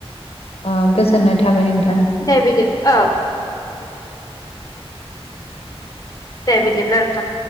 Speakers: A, on the left; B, on the left.
A: औ गोजोननाय थाबाय नोंथां।
B: दे बिदो औ। दे बिदिब्ला नोंथां।